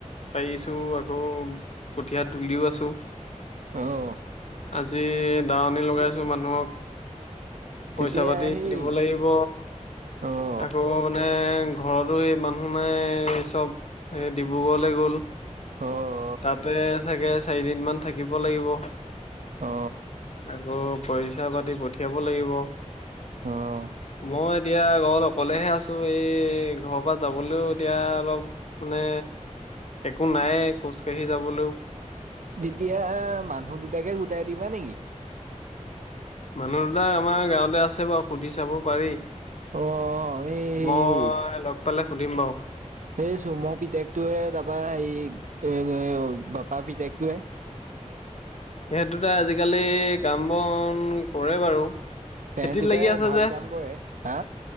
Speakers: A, on the left; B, on the right.
A: পাৰিছো। আকৌ কঠীয়া তুলিও আছো।
B: অ।
A: আজি দাৱনী লগাইছো মানুহক।
B: তেতিয়া
A: পইচা পাতি
B: সেই
A: দিব লাগিব।
B: অ',
A: আকৌ মানে ঘৰতো সেই মানুহ নাই চব এ দি ভূগলে গ'ল।
B: অ।
A: তাতে চাগে চাৰিদিন মান থাকিব লাগিব
B: অ
A: আকৌ পইচা পাতি পঠিয়াব লাগিব
B: অ',
A: মই এতিয়া ঘৰত অকলেহে আছো এই ঘৰৰ পৰা যাবলেও এতিয়া অলপ মানে একো নাইয়ে খোজ কাঢ়ি যাবলেও
B: তেতিয়া মানুহ দুটাকে গোটাই দিবা নেকি?
A: মানুহ দুটা আমাৰ গাঁৱতে আছে বাও সুধি চাব পাৰি।
B: অ এই হেৰি
A: মই লগ পালে সুধিম বাও।
B: এই চুমৰ পিতেকটোৱে তাৰপৰা হেৰি এ বাপা পিতেকটোয়ে
A: সিহঁত দুটাই আজিকালি কাম বন কৰে বাৰু।
B: তেহেত
A: খেতিত
B: দুটাই
A: লাগি আছে
B: ভাল
A: যে
B: কাম কৰে হা